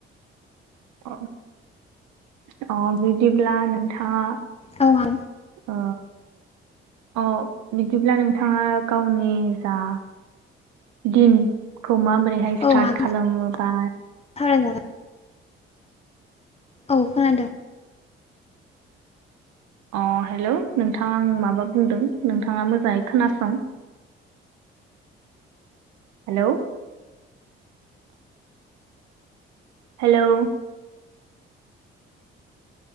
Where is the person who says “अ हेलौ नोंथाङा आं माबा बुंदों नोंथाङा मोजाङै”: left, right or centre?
Right